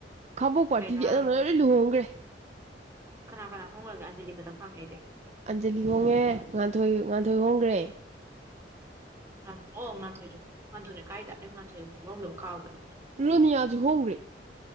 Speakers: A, on the right (about 40°); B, on the right (about 15°).
A: ꯈꯥꯡꯕꯣꯛ ꯄꯥꯔꯇꯤꯗꯤ
B: ꯗꯥꯏꯅꯥ
A: ꯑꯗꯨꯝꯕꯅ ꯂꯣꯏ ꯂ ꯂꯨꯍꯣꯡꯈ꯭ꯔꯦ
B: ꯀꯅꯥ ꯀꯅꯥ ꯍꯣꯡꯂꯒꯦ ꯑꯟꯖꯂꯤ ꯈꯛꯇꯪ ꯐꯪꯉꯏꯗꯤꯦ
A: ꯑꯟꯖꯂꯤ ꯍꯣꯡꯉꯦ ꯉꯥꯟꯊꯣꯏ ꯉꯥꯟꯊꯣꯏ ꯍꯣꯡꯦ ꯇꯦ
B: ꯑꯣ ꯑꯣ ꯉꯥꯟꯊꯣꯏꯁꯨ ꯉꯥꯥꯟꯊꯣꯏꯅꯦ ꯀꯥꯏꯗ ꯑꯩ ꯉꯥꯟꯊꯣꯏ ꯍꯣꯡꯗꯍꯣꯡꯗꯕ ꯀꯥꯎꯕꯅꯦ
A: ꯔꯅꯤꯌꯥ ꯍꯣꯡꯔꯤꯦ